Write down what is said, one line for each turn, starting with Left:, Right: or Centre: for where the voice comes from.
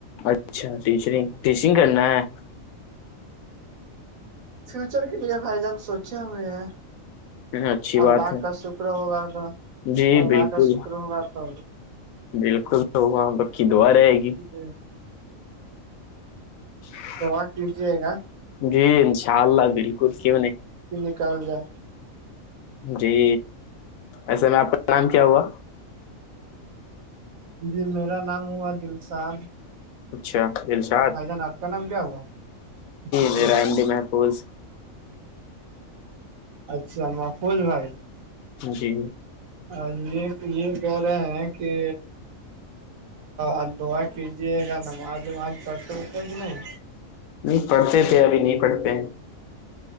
Left: اچھا ٹیچرنگ ٹیچنگ کرنا ہے
Right: فیوچر کے لیے بھائی جان سوچے ہوئے ہیں
Left: اچھی بات
Right: اللہ
Left: ہے
Right: کا شکر ہوگا تو
Left: جی
Right: اللہ
Left: بالکل
Right: کا شکر ہوگا تو
Left: بالکل تو ہاں بکی دعا رہے گی
Right: ج جی ج
Left: جچ <inaudible>
Right: تو واق کیجیے گا
Left: جی انشاء اللہ بالکل کیوں نہیں
Right: نکل جائے
Left: جی ایسے میں آپ کا نام کیا ہوا
Right: جی میرا نام ہوا دلشاد
Left: اچھا دلشاد
Right: بھائی جان آپ کا نام کیا ہوگا جی
Left: میرا
Right: بھائی
Left: ایم محفوظ
Right: اچھا مقوول بھائی
Left: جی
Right: آ یہ یہ کہہ رہے ہیں کہ ال دعا کیجیے گا نماز وماز پڑتے ہوتے بھی نہیں
Left: نہیں پڑھتے تھے ابھی نہیں پڑھتے